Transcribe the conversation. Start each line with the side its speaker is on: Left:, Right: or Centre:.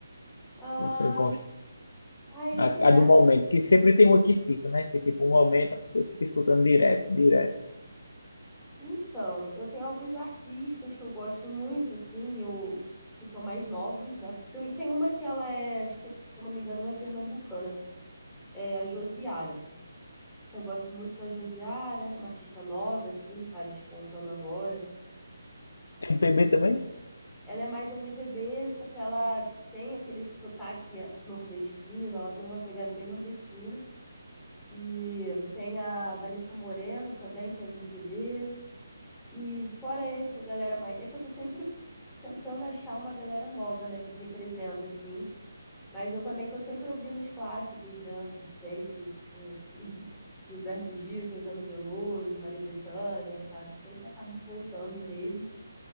Centre: Ah,
Left: que você gosta?
Centre: ai, eu
Left: A,
Centre: tô nessa
Left: a do momento, que sempre tem uma que fica, né? Que tipo, um momento a pessoa fica escutando direto, direto.
Centre: Então, eu tenho alguns artistas que eu gosto muito, assim, eu, que são mais novos, né? Tem, tem uma que ela é, acho que, se eu não me engano, ela é pernambucana, é a Josiara. Eu gosto muito da Josiara, é uma artista nova, assim, tá despontando agora.
Left: MPB também?
Centre: Ela é mais MPB, só que ela tem aquele sotaque eh, nordestino, ela tem uma pegada bem nordestina. E tem a Vanessa Moreno também, que é MPB. E fora essa galera mais. É que eu tô sempre tentando achar uma galera nova, né, que representa, assim. Mas eu também tô sempre ouvindo os clássicos, né, de sempre. né, que- <laughs> Gilberto Gil, Caetano Veloso, Maria Bethânia, sabe? Sempre acabo voltando neles,